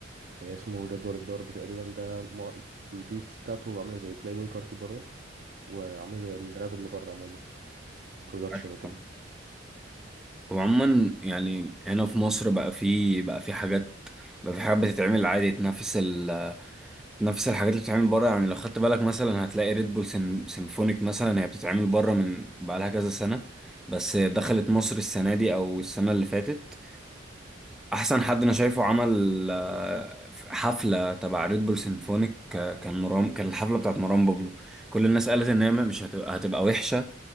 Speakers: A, on the right (about 55°); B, in the centre.
A: آه، اسمه جدول الضرب تقريبا ده مو- البيتس بتاعته عامله زي بلاي بوي كارتي بره وعامله زي الراب اللي بره عموما برودكشن
B: ايوه
A: وكده
B: وعموما يعني هنا في مصر بقى في بقى في حاجات بقى في حاجات بتتعمل عادي تنافس ال تنافس الحاجات اللي بتتعمل بره يعني لو خدت بالك مثلا هتلاقي ريد بول سيم... سيمفونيك مثلا هي بتتعمل بره من بقى لها كذا سنه بس دخلت مصر السنه دي او السنه اللي فاتت احسن حد انا شايفه عمل آه، حفله تبع ريد بول سيمفونيك آه، كان مرام كان الحفله بتاعت مروان بابلو كل الناس قالت ان هي مش هتبقى هتبقى وحشه